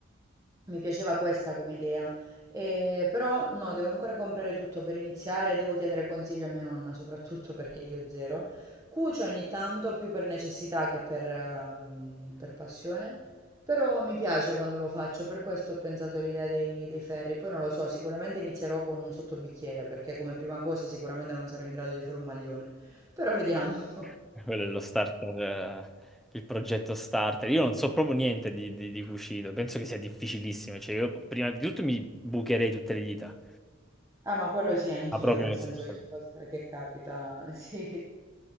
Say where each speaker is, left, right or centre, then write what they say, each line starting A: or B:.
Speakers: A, on the right; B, in the centre.
A: mi piaceva questa come idea. Eh, però no, devo ancora comprare tutto per iniziare, devo chiedere consiglio a mia nonna, soprattutto perché io zero. Cucio ogni tanto più per necessità che per, mhmm, per passione, però mi piace quando lo faccio, per questo ho pensato all'idea dei dei ferri. Poi non lo so, sicuramente inizierò con un sottobicchiere, perché come prima cosa sicuramente non sarò in grado di fare un maglione, però vediamo. <laughs>
B: <laughs> Quello è lo starter, eh, il progetto starter. Io non so proprio niente di, di- di cucito, penso che sia difficilissimo. Cioè, io prima di tutto mi bucherei tutte le dita.
A: Ah, ma quello sì anch'io,
B: Ah, proprio
A: nel
B: nei
A: senso
B: social.
A: ogni volta che capita, <laughs> sì.